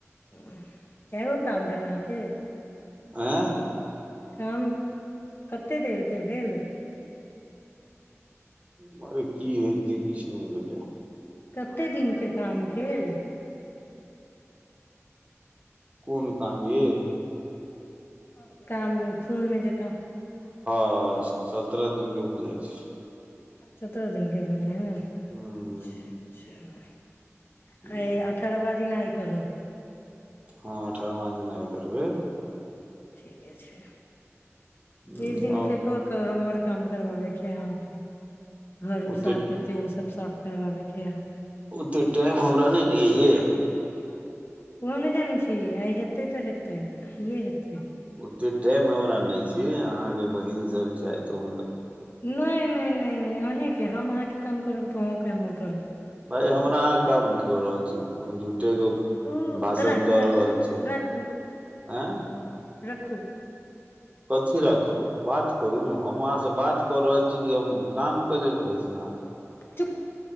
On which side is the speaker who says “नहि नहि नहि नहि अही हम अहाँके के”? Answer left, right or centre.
Left